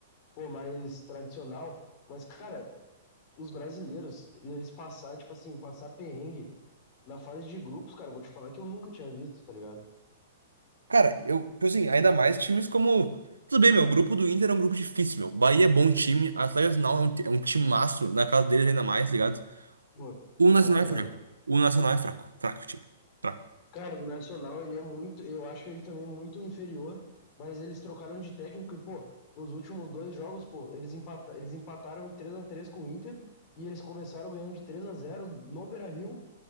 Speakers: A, on the left; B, on the right.
A: pô, mais tradicional. Mas, cara, os brasileiros, eles passar, tipo assim, passar perrengue na fase de grupos, cara, eu vou te falar que eu nunca tinha visto, tá ligado?
B: Cara, eu, tipo assim, ainda mais times como. Tudo bem, meu, o grupo do Inter é um grupo difícil, meu. Bahia é bom time, Atlético Nacional é um, ti- é um timaço, na casa deles ainda mais, ligado?
A: Pô,
B: O Nacional
A: pra caralho.
B: é fraco. O Nacional é fraco. Fraco, time. Fraco.
A: Cara, o Nacional, ele é muito, eu acho ele também muito inferior, mas eles trocaram de técnico e, pô, nos últimos dois jogos, pô, eles, empata, eles empataram em três a três com o Inter e eles começaram ganhando de três a zero no Beira-Rio